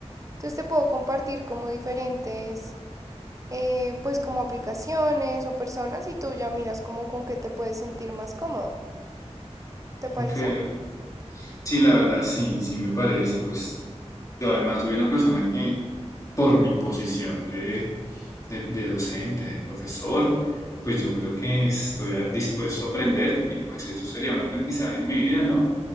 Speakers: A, on the right (about 30°); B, on the left (about 30°).
A: Entonces te puedo compartir como diferentes eh, pues como aplicaciones o personas y tú ya miras como con qué te puedes sentir más cómodo. ¿Te parece?
B: Ok, ok. Sí, la verdad, sí, sí me parece. Pues yo además soy una persona que por mi posición de, de- de docente, de profesor, pues yo creo que estoy a- dispuesto a aprender y pues eso sería un aprendizaje en mi vida, ¿no?